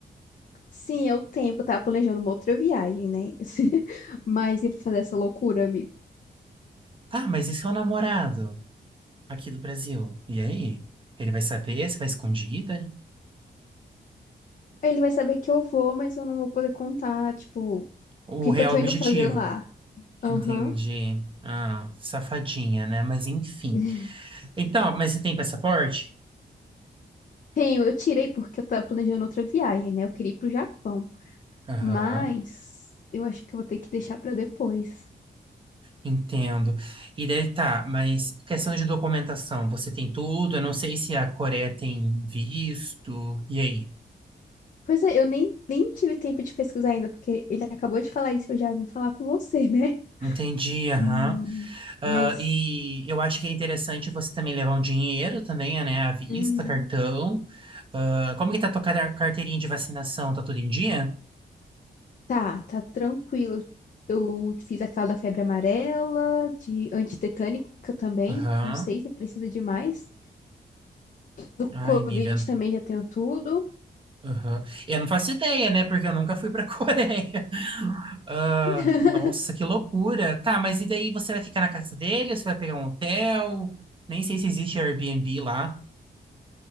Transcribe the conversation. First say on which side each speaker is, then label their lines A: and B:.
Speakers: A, on the left (about 50°); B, on the right (about 30°).
A: Sim, eu tenho, porque eu tava planejando uma outra viagem, né? <laughs> Mas ia fazer essa loucura, amigo.
B: Tá, mas e seu namorado aqui do Brasil? E aí? Ele vai saber? Você vai escondida?
A: Aí Ele vai saber que eu vou, mas eu não vou poder contar, tipo,
B: O
A: o que
B: real
A: que eu tô
B: objetivo.
A: indo fazer lá. Aham.
B: Entendi. Ah, safadinha, né? Mas enfim.
A: <laughs>
B: Então, mas você tem passaporte?
A: Tenho, eu tirei porque eu tava planejando outra viagem, né? Eu queria ir pro Japão.
B: Aham,
A: Mas eu acho que eu vou ter que deixar pra depois.
B: entendo. E daí tá, mas questão de documentação, você tem tudo? Eu não sei se a Coreia tem visto. E aí?
A: Pois é, eu nem, nem tive tempo de pesquisar ainda, porque ele acabou de falar isso, eu já vim falar com você, <laughs> né?
B: Entendi, aham.
A: Hum,
B: Ah,
A: mas
B: e eu acho que é interessante você também levar um dinheiro também, né? À vista,
A: uhum.
B: cartão. Ah, como que tá a tua car- carteirinha de vacinação? Tá tudo em dia?
A: tá, tá tranquilo. Eu fiz aquela da febre amarela, de antitetânica também.
B: Aham.
A: Não sei se precisa de mais. Do
B: Ai,
A: Covid
B: amiga.
A: também já tenho tudo.
B: Aham. Eu não faço ideia, né? Porque eu nunca fui pra <laughs> Coreia. Ah,
A: <laughs>
B: nossa, que loucura. Tá, mas e daí você vai ficar na casa dele? Você vai pegar um hotel? Nem sei se existe Airbnb lá.